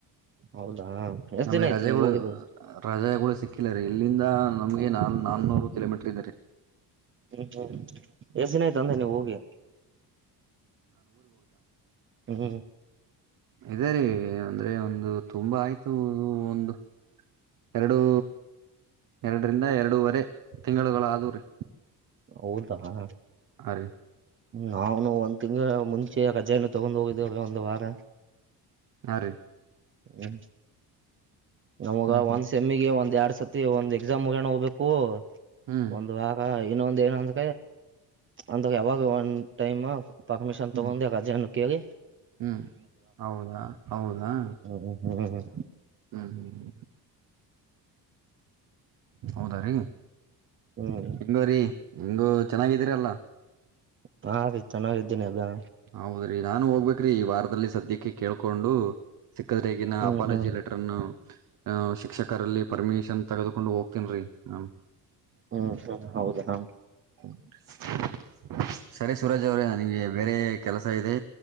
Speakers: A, on the right; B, on the right.
A: ಹೌದಾ ಎಷ್ಟ್
B: ನಮಗೆ
A: ದಿನ ಆಯ್ತು
B: ರಜೆಗಳು
A: ನೀವು ಹೋಗಿದ್ದು
B: ರಜೆಗಳು ಸಿಕ್ಕಿಲ್ಲ ರೀ ಇಲ್ಲಿಂದ. ನಮ್ಗೆ ನಾಲ್ ನಾನನೂರು ಕಿಲೋಮೀಟರ್ ಇದ್ದಾರೆ.
A: ಹ ಹ್ಮ. ಎಏಸಿನಯ್ತು ಅಂದ್ರೆ ನೀವು ಹೋಗಿ. ಹ್ಮ್
B: ಇದದೆ ರೀ ಅಂದ್ರೆ ಒಂದು. ದು ತುಂಬಾ ಆಯತು. ಒಂದು. ಎರಡುೂ ಎರಡರಿಂದ ಎರಡೂವರೆ ತಿಂಗಳುಗಳಾದೂ ರೀ.
A: ಹೌದ ಹಾ.
B: ಅ ರೀ.
A: ನಾಾನು ಒಂದ್ ತಿಂಗ್ ಮುಂಚೆ ಗಜೆಯನ್ನು ತಗೊಂಡ್ ಹೋಗ. ಅ ಒಂದು ವಾರ.
B: ಹಾ ರೀ
A: ಹ್ಮ. ನಮಗ
B: ಹ್ಮ್
A: ಒಂದ್ ಸಮ್ಮಿಗೆ ಒಂದ್ ಎರಡು. ಸತಿ ಒಂದ್ ಎಕ್ಸಾಮ್ ಮುಗಣ ಹೋಗ್ಬೇಕು.
B: ಹ್ಮ್
A: ಒಂದು್ ಭಾಗತ. ಇನ್ನೊಂದ ಏನ ಅಂದ ಅಂದ ಯಾವಾಗ ಒಂದ ಟೈಮ್. ಪಾಕ್್ಮಶನ್
B: ಹ್ಮ್
A: ತುೊಂಡಂದಾ
B: ಹ್ಮ್
A: ಜೆ. ಕೆಓೋಗಗೆ.
B: ಹ್ಮ್ ಹೌದಾ ಹೌದಾ.
A: ಹ್ಮ ಹ್ಮ.
B: ಹ್ಮ್ ಹ್ಮ್ ಹ್ಮ್. ಹೌದಾ ರೀ.
A: ಹ್ಮ್
B: ಹೆಂಗೂರಿ. ಹಂಗು ಚೆನ್ನಾಗಿದೀರಲ್ಲ.
A: ಹಾ ರೀ ಚೆನ್ನಾಗಿದ್ದೀನಿ ಎಲ್ಲಾ.
B: ಹೌದ್ರಿ ನಾನು ಹೋಗ್ಬೇಕ್ರಿ ಈ ವಾರದಲ್ಲಿ ಸದ್ಯಕ್ಕೆ. ಕೇಳ್ಕೊಂಡು ಸಿಕ್ಕದ್ರ ಈಗಿನ
A: ಹ್ಮ್
B: ಅಪಾಲಜಿ
A: ಹ್ಮ್
B: ಲೆಟರ್ನ್ನು. ಹ ಶಿಕ್ಷಕರಲ್ಲಿ ಪರ್ಮಿಷನ್ ತಗದಕೊಂಡು ಹೋಗ್ತೇನ್ೀ ನ.
A: ಹ್ಮ್ ಹ್ಮ್ ಹೌದ ಹ.
B: <unintelligible> ಸರಿ ಸುರಾಜ್ ಅವ್ರೆ ನನಗೆ ಬೇರೆ. ಕೆಲಸ ಇದೆ.